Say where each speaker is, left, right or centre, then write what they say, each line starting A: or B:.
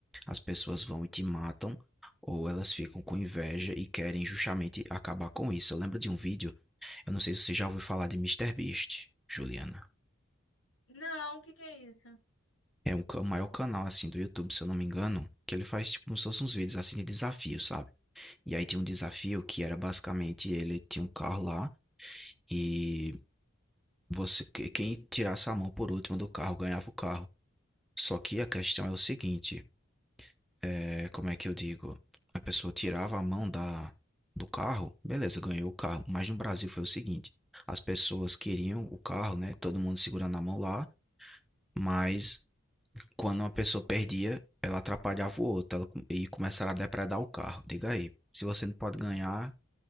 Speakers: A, in the centre; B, on the left.
A: as pessoas vão e te matam, ou elas ficam com inveja e querem justamente acabar com isso. Eu lembro de um vídeo, eu não sei se você já ouviu falar de MrBeast, Juliana.
B: Não, o que que é isso?
A: É um, o maior canal assim do YouTube, se eu não me engano, que ele faz tipo como se fossem uns vídeos assim de desafio, sabe? E aí tinha um desafio que era basicamente ele tinha um carro lá e Você, que- quem tirasse a mão por último do carro ganhava o carro. Só que a questão é o seguinte, é, como é que eu digo? A pessoa tirava a mão da, do carro, beleza, ganhou o carro. Mas no Brasil foi o seguinte, as pessoas queriam o carro, né? Todo mundo segurando a mão lá, mas quando uma pessoa perdia, ela atrapalhava o outro, ela, com- e começaram a depredar o carro. Diga aí, se você não pode ganhar,